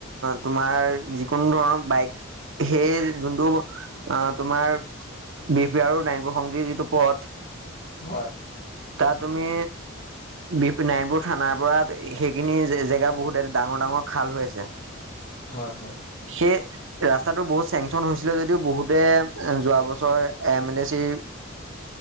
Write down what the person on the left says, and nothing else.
হয়।
হয় হয়।